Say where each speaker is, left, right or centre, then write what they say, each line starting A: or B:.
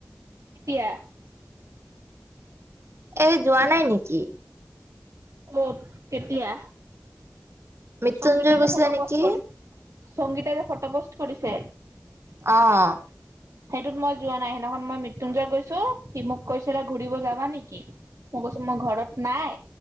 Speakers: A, on the right; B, on the right.
A: কেতিয়া
B: এই যোৱা নাই নিকি?
A: ক'ত, কেতিয়া?
B: মৃত্যুঞ্জয়
A: সংগীতাই যে
B: গৈছিলা
A: ফটো
B: নেকি
A: পোষ্ট কৰিছ, সংগীতাই যে ফটো পোষ্ট কৰিছে
B: অ
A: সেইটোত মই যোৱা নাই সেইদিনাখন মই মৃত্যুঞ্জয় গৈছো সি মোক কৈছিলে ঘূৰিব যাবা নেকি মই কৈছো মই ঘৰত নাই